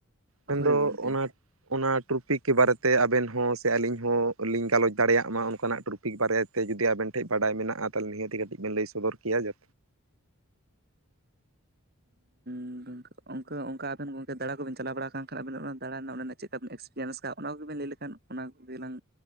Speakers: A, on the right (about 70°); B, on the right (about 45°).
A: ᱢᱮᱱᱫᱚ
B: ᱦᱳᱭ ᱜᱚᱝᱠᱮ
A: ᱚᱱᱟ ᱚᱱᱟ ᱴᱨᱯᱤᱠ ᱠᱚ ᱵᱟᱨᱮᱛᱮ ᱟᱵᱮᱱ ᱦᱚᱸ ᱥᱮ ᱟᱹᱞᱤᱧ ᱦᱚᱸᱞᱤᱧ ᱜᱟᱞᱚᱪ ᱫᱟᱲᱮᱭᱟᱜ ᱢᱟ ᱚᱱᱠᱟᱱᱟᱜ ᱴᱨᱚᱯ ᱯᱤᱠ ᱵᱟᱨᱮᱛᱮ ᱡᱩᱫᱤ ᱟᱵᱮᱱ ᱴᱷᱮᱱ ᱵᱟᱰᱟᱭ ᱢᱮᱱᱟᱜ ᱟᱨ ᱛᱟᱦᱞᱮ ᱱᱤᱦᱟᱹᱛᱤ ᱠᱟᱹᱴᱤᱡ ᱵᱮᱱ ᱞᱟᱹᱭ ᱥᱚᱫᱚᱨ ᱠᱮᱭᱟ ᱡᱟ
B: ᱦᱩᱸ ᱜᱚᱝᱠᱮ᱾ ᱚᱱᱠᱟ ᱚᱱᱠᱟ ᱟᱵᱮᱱ ᱜᱚᱝᱠᱮ ᱫᱟᱲᱟᱱ ᱠᱚᱵᱮᱱ ᱪᱟᱞᱟᱣ ᱵᱟᱲᱟ ᱠᱟᱱ ᱠᱷᱟᱱ ᱟᱵᱱᱟᱜ ᱚᱱᱟ ᱫᱟᱲᱟᱱ ᱨᱮᱱᱟᱜ ᱚᱱᱟ ᱨᱮᱱᱟᱜ ᱪᱤᱠᱟᱵᱤᱱ ᱮᱠᱥᱯᱤᱭᱮᱱᱥ ᱠᱟᱜ ᱚᱱᱟ ᱜᱮᱵᱤᱱ ᱞᱟᱹᱭ ᱞᱮᱠᱷᱟᱱ᱾ ᱚᱱᱟ ᱠᱚᱜᱮᱞᱟᱝ,